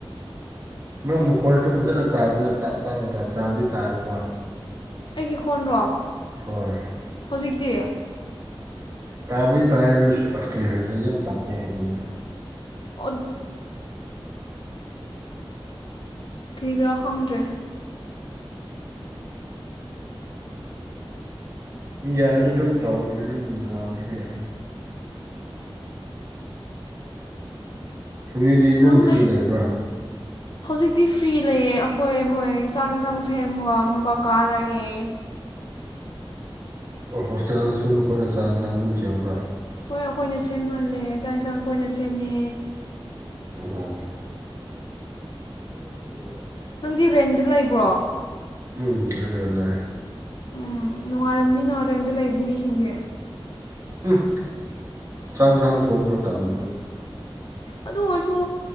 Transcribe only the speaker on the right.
ꯅꯪ ꯃꯈꯣꯟꯁꯨ ꯐꯖꯅ ꯇꯥꯗꯅ ꯇꯠꯇꯪꯅ ꯇꯥꯕꯗꯤ ꯇꯥꯕꯀꯣ
ꯍꯣꯏ
ꯇꯥꯕꯨꯗꯤ ꯇꯥꯥꯏꯌꯦ ꯑꯗꯨꯁꯨ ꯑ ꯀꯔꯤ ꯍꯥꯏꯁꯤꯔꯥ ꯌꯥꯝ ꯇꯞꯄꯦ ꯍꯥꯏꯕꯅꯤꯗ
ꯌꯥꯏꯗ ꯑꯗꯨꯝ ꯇꯧꯔꯁꯨ ꯌꯨꯝ ꯉꯥꯡꯕꯁꯨ ꯌꯥꯏ ꯍꯧꯖꯤꯛꯇꯤ ꯑꯗꯨꯝ
ꯐ꯭ꯔꯤ
ꯂꯩꯕ꯭ꯔꯥ
ꯑꯣ ꯍꯣꯁꯇꯦꯜꯁꯨ ꯅꯈꯣꯏꯅ ꯆꯥꯛꯏꯟꯁꯥꯡ ꯑꯗꯨꯝ ꯁꯦꯝꯕ꯭ꯔꯥ
ꯎꯝ <unintelligible>
ꯎꯝ ꯔꯦꯜ ꯂꯥꯛꯑꯦ
ꯎꯝ ꯆꯥꯛꯏꯟꯁꯥꯡ ꯊꯣꯡꯕ ꯇꯟꯕꯩ